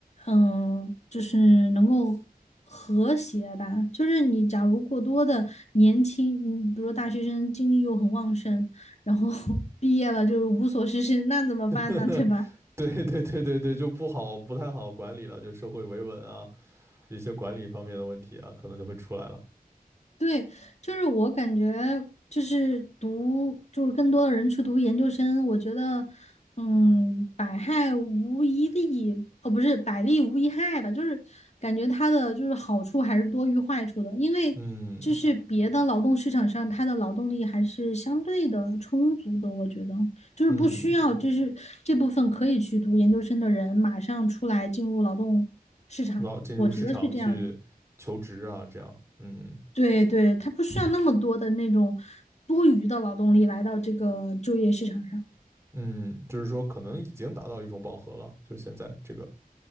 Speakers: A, on the left; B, on the right.
A: 嗯就是能够和谐吧。就是你假如过多的年轻，嗯，比如说大学生精力又很旺盛，然后 <laughs> 毕业了就是无所事事，那怎么办呢？
B: <laughs>
A: 对吧？
B: 对对对对对，就不好不太好管理了，就社会维稳啊，一些管理方面的问题啊，可能就会出来了，
A: 对，就是我感觉，就是读，就是更多的人去读研究生，我觉得，嗯，百害无一利，哦，不是百利无一害吧，就是感觉它的就是好处还是多于坏处的，因为就是别的劳动市场上，
B: 嗯
A: 它的劳动力还是相对的充足的，我觉得就是不需要，
B: 嗯，
A: 就是这部分可以去读研究生的人马上出来进入劳动市场，
B: 然后进入市场去求职啊，
A: 我觉得是这样的。
B: 这样，嗯。
A: 对对，他不需要那么多的那种多余的劳动力来到这个就业市场上。
B: 嗯，就是说可能已经达到一种饱和了，就现在这个，